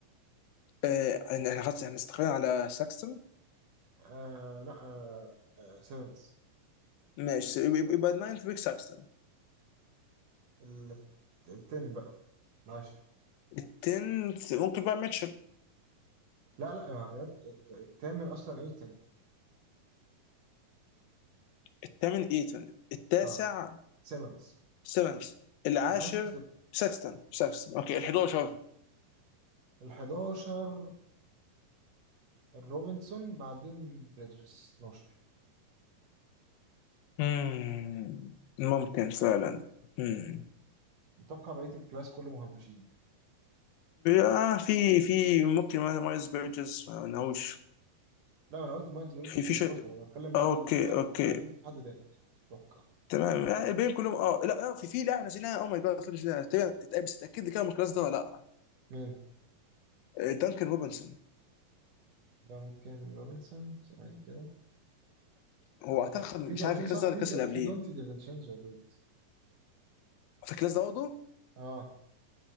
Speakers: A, on the left; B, on the right.
A: آه إن احنا خلاص احنا استقرينا على ساكستون
B: آه لا آه آه سيمنز
A: ماشي يبقى يبقى- يبقى الناينث بيك ساكستون
B: ال- التن بقى العاشر
A: التنث ممكن بقى ميتشل
B: لا لا يا- يا- التامن اصلا ايتن
A: الثامن ايتون التاسع
B: اه سيمنز
A: سيمنز العاشر
B: العاشر
A: ساكستون ساكستون اوكي ال 11
B: ال11 الروبنسون بعدين بريدجز 12
A: مم، ممكن فعلا مم.
B: يعني متوقع بقية الكلاس كله مهمشين يعني
A: آه في في ممكن مثلا مايلز بيرجز ما لهوش
B: لا انا قلت مايلز بريدجز
A: في في
B: 12
A: شيء
B: انا بتكلم بعد
A: آه،
B: اللي
A: اوكي
B: بعد
A: اوكي
B: بعدين مفيش حد تاني اتوقع
A: تمام آه، الباقيين كلهم اه لا لا في في لاعب نسيناها اوه ماي جاد احنا نسيناها تقريباً- اتأ- بس تاكد لي كده من الكلاس ده ولا لا
B: مين
A: آه، دانكن روبنسون
B: دانكن روبنسون ثواني كده
A: هو
B: دانكن
A: اعتقد
B: في
A: مش
B: دا
A: عارف
B: في
A: الكلاس
B: صح
A: ده ولا
B: في
A: الكلاس
B: دا
A: اللي
B: في
A: قبليه
B: دونتي ديفينشينزو يا دود
A: في الكلاس ده برضه
B: اه